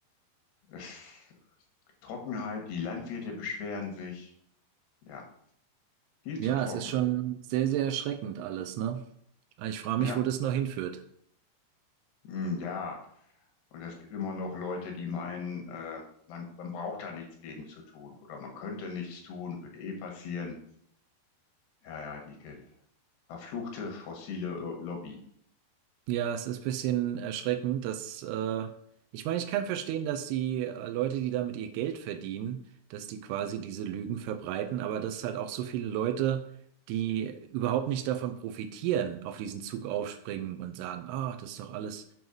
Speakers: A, on the left (about 75°); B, on the right (about 85°).
A: es, Trockenheit, die Landwirte beschweren sich. Ja, viel
B: Ja,
A: zu trocken.
B: es ist schon sehr, sehr erschreckend alles, ne? Ich frage
A: Ja,
B: mich, wo das noch hinführt.
A: hm, ja. Und es gibt immer noch Leute, die meinen, äh, man, man braucht da nichts gegen zu tun oder man könnte nichts tun, würde eh passieren. Ja, ja, die ge- verfluchte fossile Lo- Lobby.
B: Ja, es ist ein bisschen erschreckend, dass äh, ich meine, ich kann verstehen, dass die äh, Leute, die damit ihr Geld verdienen, dass die quasi diese Lügen verbreiten, aber dass es halt auch so viele Leute, die überhaupt nicht davon profitieren, auf diesen Zug aufspringen und sagen, ah, das ist doch alles